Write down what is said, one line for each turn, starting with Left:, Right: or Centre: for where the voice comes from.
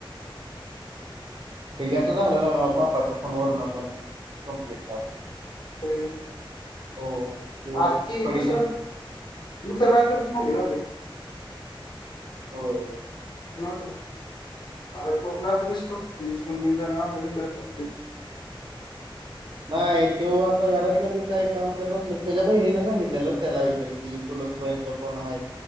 Right: बेगाच झालेलं बापाच्या फोन वरून पण कमप्लीट
Left: हो
Right: हो त्यो
Left: ह ती
Right: पडीतच
Left: दुसरं दुसरं रागत फेते
Right: हो
Left: हो अ शोकला मिस् करकून मस्तते
Right: नाही ते असं घरातलंी काय काम करत असल त्याच्या बहिणीने सांगितलेलं त्यालाही म्हणजे तची फुलतहिण का कोण आहे